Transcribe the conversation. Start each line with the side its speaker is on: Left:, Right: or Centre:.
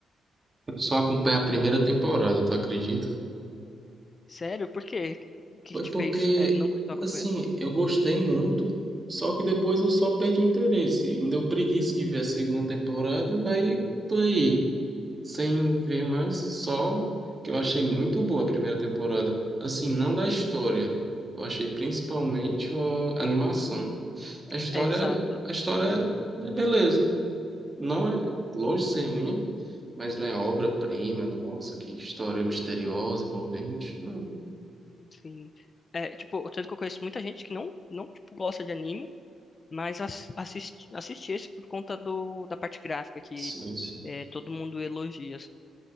Right: Eu só acompanhei a primeira temporada, tu acredita?
Left: Sério? Por quê? O que
Right: Foi
Left: que te
Right: porque,
Left: fez é, não continuar acompanhando?
Right: assim, eu gostei muito, só que depois eu só perdi o interesse. Me deu preguiça de ver a segunda temporada, aí tô aí, sem ver mais, só que eu achei muito boa a primeira temporada. Assim, não da história. Eu achei principalmente a animação. A história,
Left: É, exato,
Right: a história é beleza. Não é longe de ser ruim, mas não é obra-prima, nossa, que história misteriosa, envolvente. Não,
Left: sim. É, tipo, tanto que eu conheço muita gente que não, não tipo, gosta de anime, mas as- assiste, assiste esse por conta do, da parte gráfica, que
Right: sim, sim.
Left: é, todo mundo elogia,